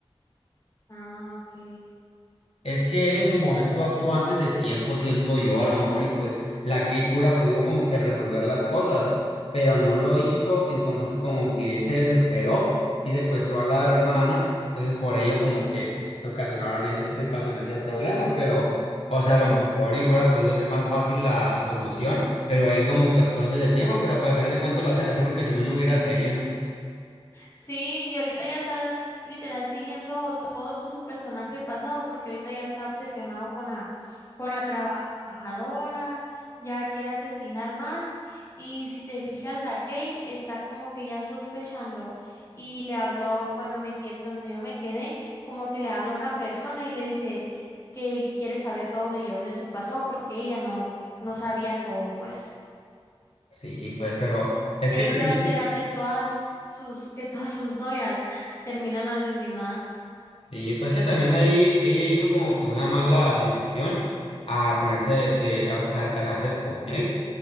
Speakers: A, on the left; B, on the left.
A: Ah, ok.
B: Es que él en su momento actuó antes de tiempo, siento yo, a lo mejor, y pues la Kate hubiera podido como que resolver las cosas, pero no lo hizo, entonces como que él se desesperó y secuestró a la hermana, entonces por ello como que se ocasionaron, e- se ocasionó ese problema, pero, o
A: Sí.
B: sea, a lo mejor y hubiera podido ser más fácil la solución, pero él como que actuó antes de tiempo, pero pues, al final de cuentas lo hacen así porque si no, no hubiera serie, ¿no?
A: Sí, y ahorita ya está literal siguiendo todo su personaje pasado, porque ahorita ya está obsesionado con la, con la trabajadora, ya quiere asesinar más, y si te fijas, la Kate está como que ya sospechando, y le habló, bueno, me que donde yo me quedé, como que le habla a una persona y le dice que quiere saber todo de Joe, de su pasado, porque ella no, no sabía todo, pues.
B: Sí, pues, pero es
A: Y
B: que
A: ahí
B: también...
A: se va a enterar de todas sus, que todas sus novias terminan asesinadas.
B: Y pues que también ahí ella hizo como que una mala decisión al ponerse de, a- o sea, al casarse con él.